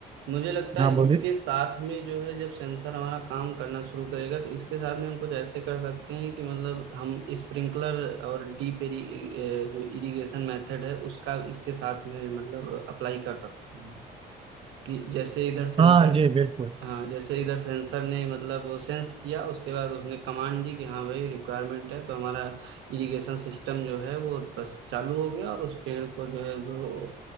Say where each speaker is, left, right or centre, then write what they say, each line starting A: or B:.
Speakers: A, on the right (about 80°); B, on the right (about 30°).
A: मुझे लगता है
B: हाँ बोलिए
A: इसके साथ में जो है जब सेंसर हमारा काम करना शुरू करेगा तो इसके साथ में हम कुछ ऐसे कर सकते हैं कि मतलब हम स्प्रिंकलर और डीप एरी अ, जो इरिगेशन मेथड है उसका इसके साथ में मतलब अप्लाई कर सकते हैं कि जैसे इधर सेंसर
B: हाँ जी बिल्कुल
A: हाँ जैसे इधर सेंसर ने मतलब वो सेंस किया उसके बाद उसने कमांड दी कि हाँ भाई रिक्वायरमेंट है तो हमारा इरिगेशन सिस्टम जो है वो बस चालू हो गया और उस पेड़ को जो है जो